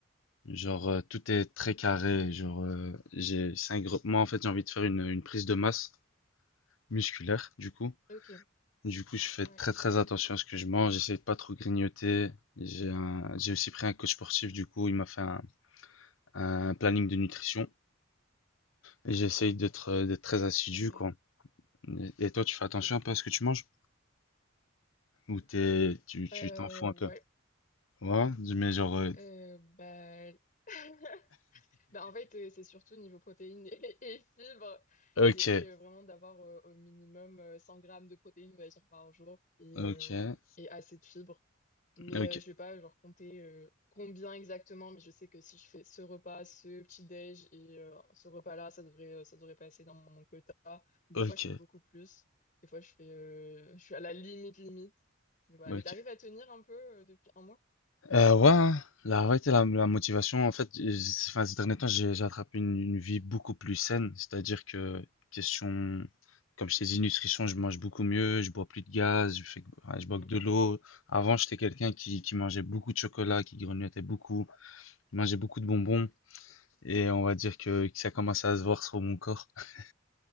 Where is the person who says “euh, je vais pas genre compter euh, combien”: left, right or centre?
Left